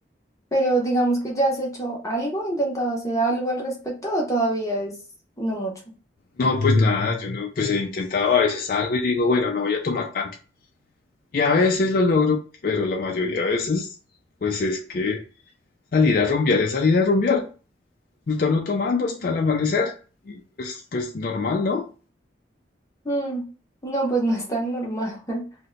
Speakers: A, on the left; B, on the left.
A: Pero digamos que ya has hecho algo, intentado hacer algo al respecto o todavía es no mucho.
B: No, pues nada, yo no, pues he intentado a veces algo y digo, bueno, no voy a tomar tanto. Y a veces lo logro, pero la mayoría de veces, pues es que salir a rumbear es salir a rumbear. No está uno no tomando hasta el amanecer. Y pues, pues normal, ¿no?
A: Mm, no, pues <laughs> no es tan normal. <laughs>